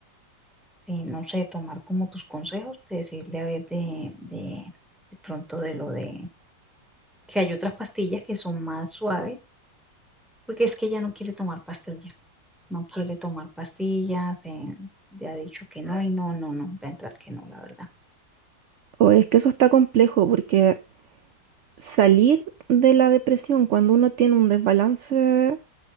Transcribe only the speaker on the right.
O es que eso está complejo porque salir de la depresión cuando uno tiene un desbalance